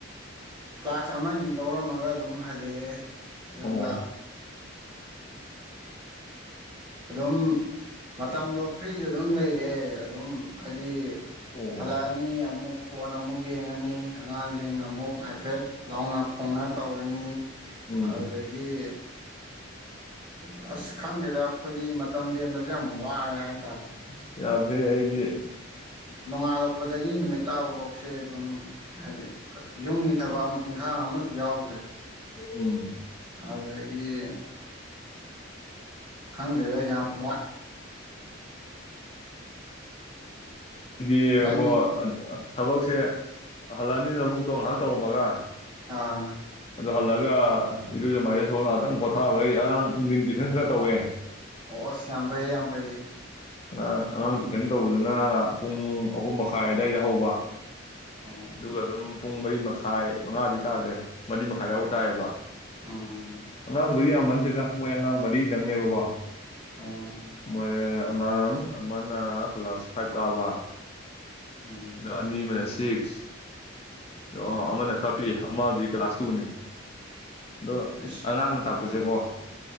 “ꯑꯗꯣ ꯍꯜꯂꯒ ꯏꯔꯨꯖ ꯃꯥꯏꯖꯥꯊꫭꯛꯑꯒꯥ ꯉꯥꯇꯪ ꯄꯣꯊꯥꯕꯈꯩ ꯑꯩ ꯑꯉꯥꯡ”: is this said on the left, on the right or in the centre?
Left